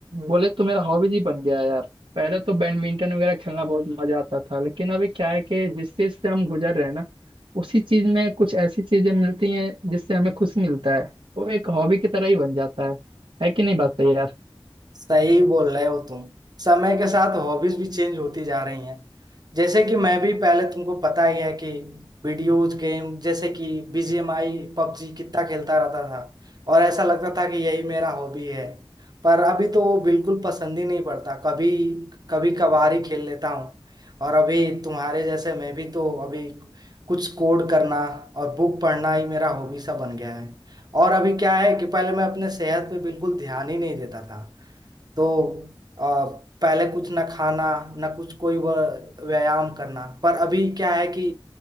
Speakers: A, on the right; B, on the right.
A: बोले तो मेरा हॉबी ही बन गया है यार पहले तो बैडमिंटन वगैरह खेलना बहुत मजा आता था लेकिन अभी क्या है कि जिस चीज से हम गुजर रहे हैं ना उसी चीज में कुछ ऐसी चीजें मिलती हैं जिससे हमें खुशी मिलता है वो एक हॉबी की तरह ही बन जाता है है कि नहीं बात सही यार
B: सही बोल रहे हो तुम समय के साथ हॉबीज भी चेंज होती जा रही हैं जैसे कि मैं भी पहले तुमको पता ही है कि वीडियोज गेम जैसे कि बीजीएमआई पबजी कितना खेलता रहता था और ऐसा लगता था कि यही मेरा हॉबी है पर अभी तो वो बिल्कुल पसंद ही नहीं पड़ता कभी कभी कभार ही खेल लेता हूँ और अभी तुम्हारे जैसे मैं भी तो अभी कुछ कोड करना और बुक पढ़ना ही मेरा हॉबी सा बन गया है और अभी क्या है कि पहले मैं अपने सेहत पे बिल्कुल ध्यान ही नहीं देता था तो आ, पहले कुछ ना खाना ना कुछ कोई व- व्यायाम करना पर अभी क्या है कि